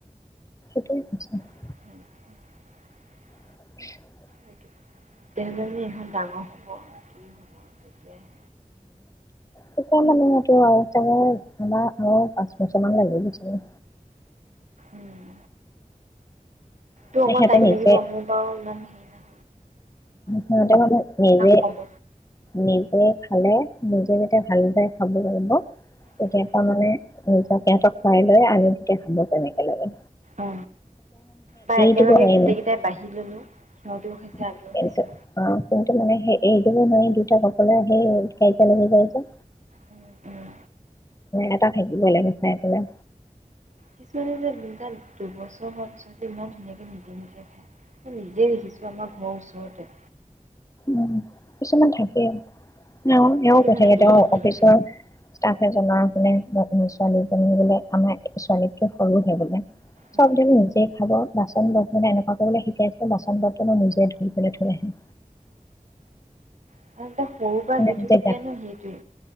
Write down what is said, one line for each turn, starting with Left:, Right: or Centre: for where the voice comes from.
Left: <unintelligible>
Right: <unintelligible>
Left: <unintelligible>
Right: <unintelligible> ডাঙৰ হ'ব আৰু কি হ'ব তেতিয়াহে।
Left: তেতিয়া মানে <unintelligible> আমাৰ আৰু পাঁচ বছৰ মান লাগিব চাগে।
Right: উম তোৰ
Left: মানে
Right: অকমান
Left: সিহঁতে
Right: টাইম
Left: নিজে
Right: লাগিব মোৰ বাৰু ইমান হে নাই।
Left: সিহঁতে মানে নিজে
Right: শব্দ
Left: নিজে খালে নিজে যাতে ভালদৰে খাব লাগিব এতিয়া
Right: উম,
Left: পা তামানে <unintelligible> সিহতক খুৱাই লৈ আমি তেতিয়া খাব পাৰিম একেলগে।
Right: উ বা একেলগে
Left: দিব নোৱাৰি
Right: গোটেই
Left: মানে
Right: কেইটাই বাঢ়ি ললো সিহঁতও খাইছে আমিও
Left: <unintelligible>
Right: খাইছো।
Left: মানে সেই এইটোকো নোৱাৰি দুয়তা অকলে এহ খেল খেলিব যাইযে।
Right: উম উম
Left: এটা থাকিব লাগি চাই পেলাই।
Right: কিছুমান যে দুটা দুবছৰ হোৱাৰ পিছত ইমান ধুনীয়াকে নিজে নিজে খায় মই নিজে দেখিছোঁ আমাৰ ঘৰৰ ওচৰতে।
Left: উ কিছুমান থাকে। এওঁ এওঁ
Right: মানে কি
Left: কৈ
Right: জানা
Left: থাকে তেওঁ
Right: এৰি দিয়ে।
Left: অফিচৰ ষ্টাফ এজনৰ <unintelligible> ছোৱালীজনী বোলে আমাৰ ছোৱালীতকে সৰুহে বোলে।
Right: উম।
Left: চব নিজেই খাব বাচন বৰ্তন এনেকুৱা কৰিবলৈ শিকাইছে বাচন বৰ্তনো নিজে ধুই পলৈ থৈ আহে।
Right: <unintelligible> সৰু পৰা
Left: মানে
Right: যিটো
Left: নিজে
Right: শিকে
Left: গাত
Right: ন- সেইটোৱে।